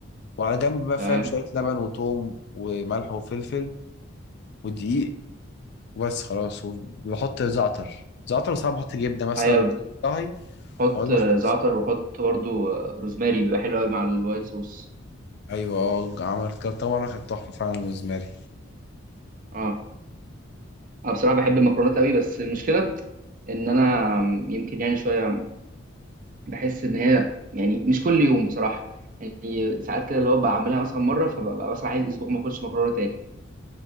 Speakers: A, on the left; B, on the right.
A: وعلى جنب بقى
B: تمام
A: فاهم شوية لبن وثوم وملح وفلفل ودقيق وبس خلاص وبحط زعتر زعتر وساعات بحط جبنة مثلا
B: أيوة
A: وطهي
B: حط
A: وأقعد
B: آه،
A: أخلص
B: زعتر وحط برضو آه، روزماري بيبقى حلو قوي مع الوايت صوص
A: أيوة أه عملت كده مرة كانت تحفة فعلا بالنسبة لي
B: اه انا بصراحه بحب المكرونات قوي بس المشكله ان انا آم، يمكن يعني شويه بحس ان هي يعني مش كل يوم بصراحه يعني ساعات كده اللي هو بعملها مثلا مره فببقى مثلا عايز اسبوع ما اكلش مكرونه تاني